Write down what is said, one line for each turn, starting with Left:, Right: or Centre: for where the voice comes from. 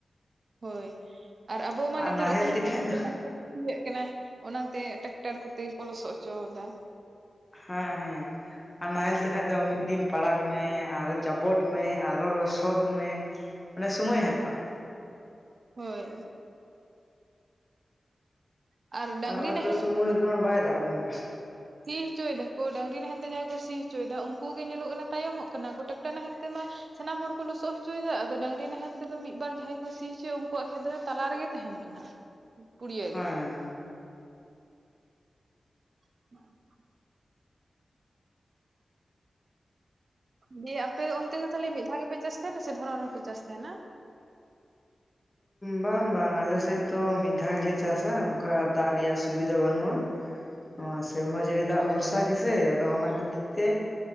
Right: ᱦᱳᱭ ᱟᱨ ᱟᱵᱚ ᱢᱟ ᱱᱮᱛᱟᱨ
Left: ᱱᱟᱦᱮᱞ
Right: ᱚᱠᱚᱭ ᱦᱚ <unintelligible>
Left: ᱛᱮᱠᱷᱟᱡ ᱫᱚ
Right: ᱤᱭᱟᱹᱜ ᱠᱟᱱᱟ ᱚᱱᱟᱛᱮ ᱴᱟᱠᱴᱟᱨ ᱠᱚᱛᱮ ᱜᱮ ᱠᱚ ᱞᱚᱥᱚᱫ ᱦᱚᱪᱚᱭ ᱫᱟ
Left: ᱦᱮᱸ ᱦᱮᱸ ᱟᱨ ᱱᱟᱦᱮᱞ ᱛᱮ ᱠᱷᱟᱡ ᱫᱚ ᱢᱤᱫ ᱫᱤᱱ ᱯᱟᱲᱟᱜᱽ ᱢᱮ ᱟᱨᱚ ᱡᱟᱵᱚᱴ ᱢᱮ ᱟᱨᱚ ᱞᱚᱥᱚᱫ ᱢᱮ ᱢᱟᱱᱮ ᱥᱳᱢᱚᱭᱮ ᱦᱟᱛᱟᱣᱟ
Right: ᱦᱳᱭ ᱟᱨ ᱰᱟᱝᱨᱤ
Left: ᱱᱚᱜᱼᱚᱭ
Right: ᱱᱟᱦᱮᱞ
Left: ᱛᱚ ᱥᱚᱢᱚᱭ ᱨᱮᱢᱟ ᱵᱟᱭ ᱫᱟᱜ ᱟᱵᱚᱱ ᱠᱟᱱᱟ
Right: ᱥᱤ ᱦᱚᱪᱚᱭ ᱫᱟᱠᱚ ᱰᱟᱝᱨᱤ ᱱᱟᱦᱮᱞᱛᱮ ᱡᱟᱦᱟᱸᱭ ᱠᱚ ᱥᱤ ᱦᱚᱪᱚᱭᱮᱫᱟ ᱩᱱᱠᱩ ᱜᱮ ᱧᱮᱞᱚᱜ ᱠᱟᱱᱟ ᱛᱟᱭᱚᱢᱚᱜ ᱠᱟᱱᱟ ᱴᱟᱠᱴᱟᱨ ᱱᱟᱦᱮᱞ ᱛᱮ ᱢᱟ ᱥᱟᱱᱟᱢ ᱦᱚᱲ ᱠᱚ ᱞᱚᱥᱚᱫ ᱦᱚᱪᱚᱭᱮᱫᱟ ᱟᱫᱚ ᱰᱟᱹᱝᱨᱤ ᱱᱟᱦᱮᱞ ᱛᱮᱫᱚ ᱢᱤᱫ ᱵᱟᱨ ᱡᱟᱦᱟᱸᱭ ᱠᱚ ᱥᱤ ᱦᱚᱪᱚᱭᱟ ᱩᱱᱠᱩᱣᱟᱜ ᱠᱷᱮᱛ ᱫᱚ ᱛᱟᱞᱟ ᱨᱮᱜᱮ ᱛᱟᱦᱮᱱ ᱜᱮ ᱯᱩᱲᱤᱭᱟᱹ
Left: ᱦᱮᱸ
Right: ᱜᱮ <unintelligible> ᱫᱤᱭᱮ ᱟᱯᱮ ᱫᱚ ᱚᱱᱛᱮ ᱫᱚ ᱛᱟᱞᱦᱮ ᱢᱤᱫ ᱫᱷᱟᱣ ᱜᱮᱯᱮ ᱪᱟᱥ ᱛᱟᱦᱮᱱᱟ ᱥᱮ ᱫᱷᱚᱨᱚᱱ ᱦᱚᱯᱮ ᱪᱟᱥ ᱛᱟᱦᱮᱱᱟ?
Left: ᱵᱟᱝ ᱵᱟᱝ ᱟᱞᱮᱥᱮᱫ ᱫᱚ ᱢᱤᱫ ᱫᱷᱟᱣ ᱜᱮᱞᱮ ᱪᱟᱥᱟ ᱚᱱᱠᱟ ᱫᱟᱜ ᱨᱮᱭᱟᱜ ᱥᱩᱵᱤᱫᱷᱟ ᱵᱟᱹᱱᱩᱜᱼᱟ
Right: <inaudible>
Left: ᱱᱚᱣᱟ ᱥᱮᱨᱢᱟ ᱡᱟᱹᱲᱤ ᱫᱟᱜ ᱵᱷᱚᱨᱥᱟ ᱜᱮᱥᱮ ᱟᱫᱚ ᱚᱱᱟ ᱠᱷᱟᱹᱛᱤᱨ ᱛᱮ